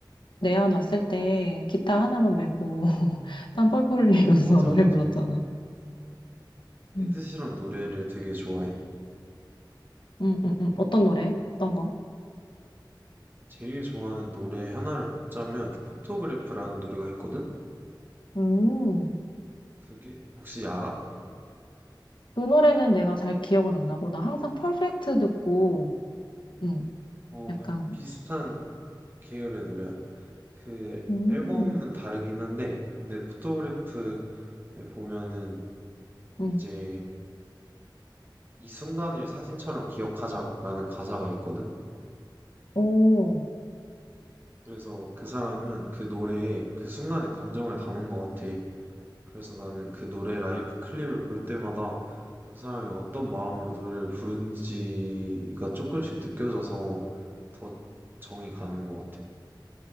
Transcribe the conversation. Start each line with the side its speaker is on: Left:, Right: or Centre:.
Left: 내야 놨을 때 기타 하나만 메고 <laughs> 땀 뻘뻘 흘리면서
Right: 어, 맞아,
Left: <laughs> 노래
Right: 맞아.
Left: 불렀잖아.
Right: 에드시런
Left: 음.
Right: 노래를 되게 좋아해.
Left: 음, 음, 음. 어떤 노래? 어떤 거?
Right: 제일 좋아하는 노래 하나를 꼽자면 포토그래프라는 노래가 있거든?
Left: 음,
Right: 그게 혹시 알아?
Left: 그 노래는 내가 잘 기억은 안 나고, 나 항상 퍼펙트 듣고, 음,
Right: 어,
Left: 약간,
Right: 비슷한 계열의 노래야. 그
Left: 음,
Right: 앨범은 다르긴 한데 근데 포토그래프에 보면은
Left: 음,
Right: 이제 이 순간을 사진처럼 기억하자라는 가사가 있거든?
Left: 오,
Right: 그래서 그 사람은 그 노래에 그 순간의 감정을 담은 것 같아. 그래서 나는 그 노래 라이브 클립을 볼 때마다 그 사람이 어떤 마음으로 노래를 부른지가 조금씩 느껴져서 더 정이 가는 것 같아.